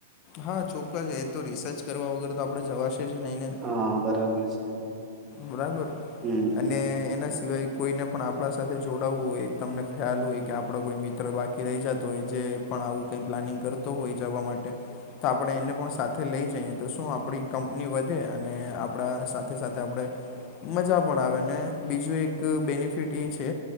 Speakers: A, on the left; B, on the right.
A: હા ચોક્કસ એ તો રિસર્ચ કરવા વગર તો આપણે જવાશે જ નહી ને
B: હા બરાબર છે
A: બરાબર
B: હમ
A: અને એના સિવાય કોઈને પણ આપણા સાથે જોડાવવું હોય તમને ખ્યાલ હોય કે આપણો કોઈ મિત્ર બાકી રહી જતો હોય જે પણ આવું કઈ પ્લાનિંગ કરતો હોય જવા માટે તો આપણે એને પણ સાથે લઈ જઈએ તો શું આપણી કંપની વધે અને આપણા સાથે સાથે તો આપણે મજા પણ આવે અને બીજું એક બેનિફિટ એ છે